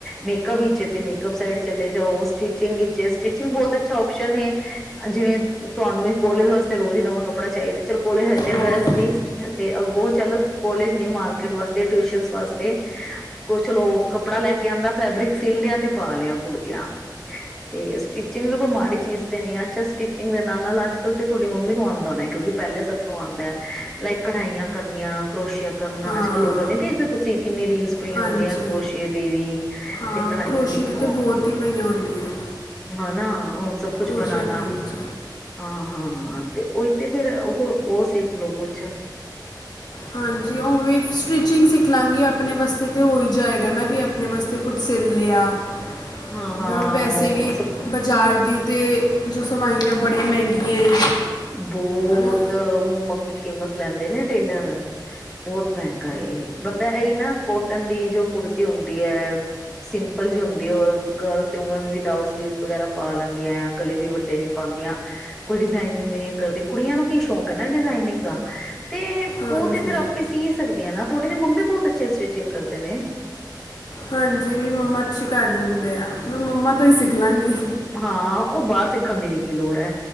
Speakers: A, in the centre; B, on the left.
A: ਮੇਕਅਪ ਵਿਚ ਮੇਕਅਪ ਸਾਈਡ ਚਲੇ ਜਾਓ ਸਟਿਚਿੰਗ ਵਿਚ ਸਟਿਚਿੰਗ ਬਹੁਤ ਅਛਾ ਹੈ ਜਿਵੇ ਤੁਹਾਨੂੰ ਕੋਾਲਜ ਵਾਸਤੇ ਰੋ ਨਵਾਂ ਕੱਪੜਾ ਚਾਹੀਦਾ। ਚਲ ਕਾਲਜ ਹਜੇ ਤੇ ਡਰੈਸ
B: ਹੋਰ
A: ਤੇ ਅੱਗੋਂ ਚਲ ਕਾਲਜ ਨੀ ਮਾਰਕੀਟ ਵਾਸਤੇ ਟਿਸ਼ਨ ਵਾਸਤੇ ਚਲੋ ਕੱਪੜਾ ਲੈਕੇ ਆਦਾ ਫੈਬਰਿਕ ਸੀਲ ਲਿਆ ਤੇ ਪਾ ਲਿਆ ਕੁੜਤੀਆਂ ਤੇ ਸਟਿਚਿੰਗ ਵੀ ਕੋਈ ਮਾੜੀ ਚੀਜ਼ ਤੇ ਨੀ ਅੱਛਾ ਸਟਿਚਿੰਗ ਦੇ ਨਾਲ ਨਾਲ ਅੱਜ ਕਲ ਤੇ ਤੁਹਾਡੀ ਮੰਮੀ ਨੂੰ ਆਦਾ ਹੋਣਾ ਕਿਉਂਕਿ ਪਹਿਲੇ ਸਭ ਨੂੰ ਆਦਾ ਹੈ। ਲਾਈਕ ਕਢਾਈਆਂ ਕਰਨੀਆਂ ਕਰੋਸ਼ਆ ਕਰਨਾ
B: ਹਾਂ
A: ਅੱਜ ਕੱਲ ਓਦਾਂ ਨੀ ਦੇਖਦੇ ਤੁਸੀਂ ਕਿੰਨੀ ਰੀਲਸ ਪਈ
B: ਹਾਂਜੀ
A: ਹੁੰਦੀਆਂ ਕਰੋਸ਼ੇ ਦੀ ਵੀ
B: ਹਾਂ
A: ਤੇ ਕੜਾਹੀਆਂ
B: ਕਰੋਸ਼ੀ
A: ਦੀ ਉਹ
B: ਤੇ ਬਹੁਤ ਹੀ ਪਈਆਂ ਹੁੰਦੀਆਂ
A: ਹਨਾ। ਉਹ ਸਭ ਕੁਛ
B: ਕਰੋਸ਼ੀਆ
A: ਬਨਾਨਾ
B: ਟ੍ਰੈਂਡ 'ਚ
A: ਹਾਂ। ਹਾਂ ਤੇ ਉਹੀ ਤੇ ਫੇਰ ਉਹ ਉਹ ਸਿਖ ਲੋ ਕੁਛ
B: ਹਾਂਜੀ ਉਹ ਵੀ ਸਟਿਚਿੰਗ ਸਿੱਖ ਲਾਂਗੀ ਆਪਾਂ। ਆਪਣੇ ਵਾਸਤੇ ਤਾਂ ਹੋ ਹੀ ਜਾਏਗਾ ਨਾ ਕਿ ਆਪਣੇ ਵਾਸਤੇ ਕੁਝ ਸਿੱਲ ਲਿਆ।
A: ਹਾਂ
B: ਨਾ
A: ਹਾਂ
B: ਵੈਸੇ
A: ਉਹ
B: ਵੀ
A: ਸਭ
B: ਬਾਜ਼ਾਰ ਦੀ ਅਤੇ ਜੋ ਸਵਾਈਆਂ ਉਹ ਬੜੀਆਂ ਮਹਿੰਗੀਆਂ ਹੈ।
A: ਬਹੁਤ
B: ਨਾ
A: ਮੂੰਹ ਮੰਗੀ ਕੀਮਤ ਲੈਂਦੇ ਨੇ ਟੇਲਰ ਬਹੁਤ ਮਹਿੰਗਾ ਏ। ਬੰਦਾ ਇਹੀ ਨਾ ਕੋਟਨ ਦੀ ਜੋ ਕੁੜਤੀ ਹੁੰਦੀ ਹੈ ਸਿੰਪਲ ਜਿਹੀ ਹੁੰਦੀ ਔਰ ਗਰਲ ਤੇ ਉੰਵੇ ਵੀ ਵਿਦਾਊਟ ਸਲੀਵਸ ਵਗੈਰਾ ਪਾ ਲੈਂਦੀਆਂ ਹੈ ਗਲੇ ਵੀ ਵੱਡੇ ਨੀ ਪਾਉਂਦੀਆਂ ਕੋਈ ਡਿਜ਼ਾਇਨਿੰਗ ਨੀ ਕਰਦੀ ਕੁੜੀਆਂ ਨੂੰ ਕੀ ਸ਼ੌਂਕ ਹੈ ਨਾ ਡਿਜ਼ਾਇਨਿੰਗ ਦਾ। ਤੇ
B: ਹਾਂਜੀ
A: ਉਹ ਤੇ ਫਿਰ ਆਪੇ ਸੀ ਸਕਦੇ ਹਾ ਨਾ। ਤੁਹਾਡੇ ਤੇ ਮੰਮੀ ਬਹੁਤ ਅੱਛੇ ਸਟੀਚਿੰਗ ਕਰਦੇ ਨੇ।
B: ਹਾਂਜੀ ਮੇਰੀ ਮੰਮਾ ਅੱਛੀ ਕਰ ਲੈਂਦੇ। ਆ ਮੈਂ ਮੰਮਾ ਤੋਂ ਹੀ ਸਿੱਖ ਲਾਂਗੀ।
A: ਹਾਂ ਉਹ ਬਾਹਰ ਸਿੱਖਣ ਦੀ ਵੀ ਕੀ ਲੋੜ ਹੈ।